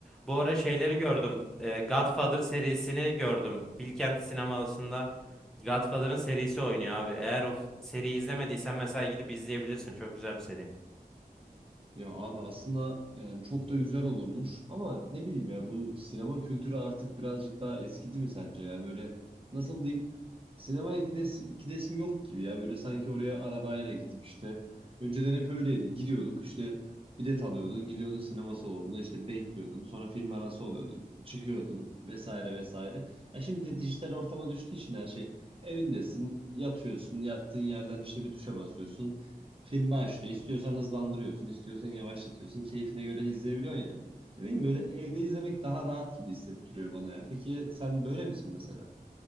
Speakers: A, in the centre; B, on the right.
A: Bu ara şeyleri gördüm. e, Godfather serisini gördüm. Bilkent sinemasında Godfather'ın serisi oynuyor abi. Eğer o f- seriyi izlemediysen mesela gidip izleyebilirsin. Çok güzel bir seri.
B: Ya abi aslında yani çok da güzel olurmuş ama ne bileyim ya bu sinema kültürü artık birazcık daha eskidi mi sence ya böyle nasıl diyeyim sinemaya gidesim, gidesim yok gibi ya böyle sanki oraya arabayla gidip işte önceden hep öyleydi gidiyorduk işte bilet alıyordun gidiyordun sinema salonunda işte bekliyordun sonra film arası oluyordu çıkıyordun vesaire vesaire. Ya şimdi dijital ortama düştüğü için her şey evindesin yatıyorsun yattığın yerden işte bir tuşa basıyorsun. Film başlıyor. İstiyorsan hızlandırıyorsun, istiyorsan yavaşlatıyorsun. Keyfine göre izleyebiliyorsun ya. Ne bileyim böyle evde izlemek daha rahat gibi hissettiriyor bana ya. Peki sen böyle misin mesela?